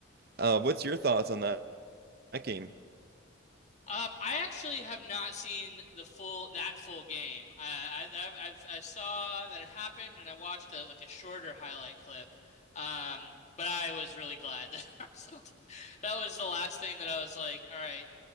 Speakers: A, on the right; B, on the left.
A: uh what's your thoughts on that, that game?
B: Um, I actually have not seen the full that full game. Uh, I I I've, I saw that it happened, and I watched a, like a shorter highlight clip. Um, but I was really glad that <laughs> Arsenal did. That was the last thing that I was like, all right,